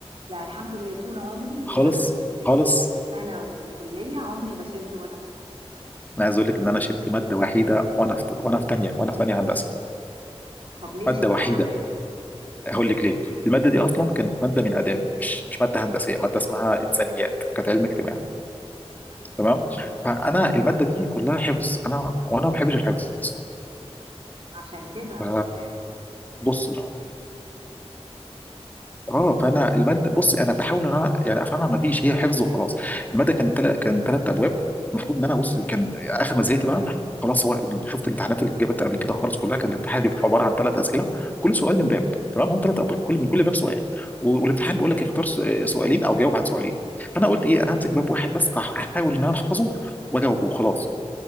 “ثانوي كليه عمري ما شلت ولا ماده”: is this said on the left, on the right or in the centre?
Right